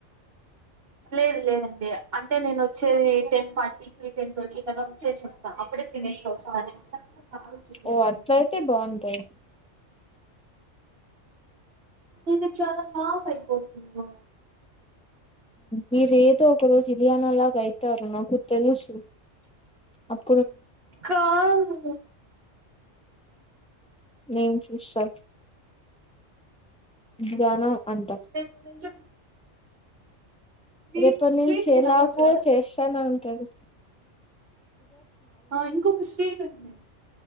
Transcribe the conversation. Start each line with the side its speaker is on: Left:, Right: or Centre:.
Right: లేదు లేదండి అంటే నేను వచ్చేది టెన్ ఫార్టీకి టెన్ ట్వంటీ కల వచ్చసేస్తా అప్పుడే తినేసి వస్తా కాల్ చెయ్యండి
Centre: ఓ అట్ల అయితే బాగుంటది
Right: ఇది చాల లాంగ్ అయిపోతుంది రా
Centre: మీరు ఏదో ఒక రోజు ఇలియానా లాగా అవుతారు నాకు తెలుసు అప్
Right: కాను
Centre: నేను చూస్తా ధ్యానం అంట
Right: రేపటి నుంచి స్వీట్
Centre: రేపనుంచి
Right: స్వీట్ తినకూడదు
Centre: ఎలాగో
Right: కదా
Centre: చేస్తనే ఉంటది
Right: ఆ ఇంకొక స్వీట్ ఉంది